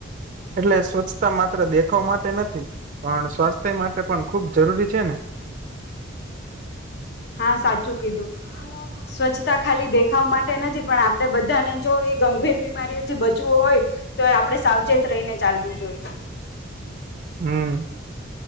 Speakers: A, on the right; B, on the left.
A: એટલે સ્વચ્છતા માત્ર દેખાવ માટે નથી. પણ સ્વાસ્થ્ય માટે પણ ખુબ જરૂરી છે ને.
B: હા સાચું કીધું. સ્વચ્છતા ખાલી દેખાવ માટે નથી પણ આપડે બધાને જો એ ગંભીર બીમારીઓથી બચવું હોય. તો એ આપડણે સાવચેત રહીને ચાલવું જોઈએ.
A: હમ,